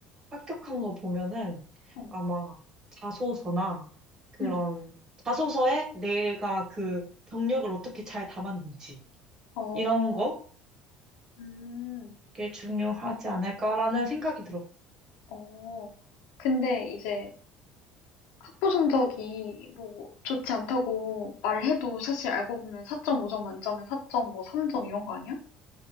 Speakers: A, on the right (about 25°); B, on the left (about 80°).
A: 합격한 거 보면은
B: 어.
A: 아마 자소서나 그런
B: 음.
A: 자소서에 내가 그 경력을 어떻게 잘 담았는지
B: 어.
A: 이런 거게
B: 음.
A: 중요하지 않을까라는 생각이 들어.
B: 어, 근데 이제 학부 성적이 뭐 좋지 않다고 말을 해도 사실 알고 보면 4.5점 만점에 4점 뭐 3점 이런 거 아니야?